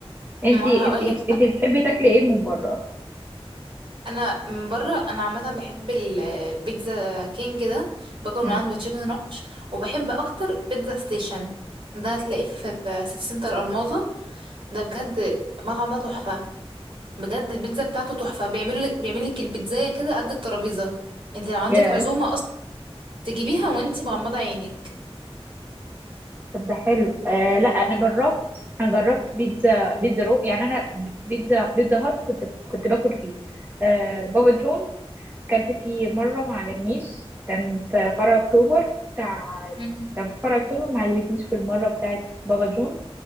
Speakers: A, on the right (about 20°); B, on the right (about 55°).
A: انتي
B: ما انا هقول
A: انتي
B: لك
A: انتي بتحبي تاكلي ايه من بره اصلا؟
B: انا من بره انا عامه بحب البيتزا كينج ده باكل
A: مم.
B: من عنده تشيكن رانش وبحب اكتر بيتزا ستيشن ده هتلاقيه في في سيتي سنتر الماظة ده بجد المطعم ده تحفه بجد البيتزا بتاعته تحفه بيعمل لك بيعمل لك البيتزايه كده قد الترابيزه انت لو عندك
A: مم.
B: عزومه اصلا تجيبيها وانت مغمضه عينك
A: طب ده حلو آه لا انا جربت انا جربت بيتزا بيتزا رو يعني انا بيتزا بيتزا هات كنت كنت باكل فيه آه بابا جونز كلت فيه مرة ما عجبنيش كان في فرع أكتوبر بتاع
B: مم.
A: كان في فرع أكتوبر ما عجبتنيش بالمرة بتاعت بابا جون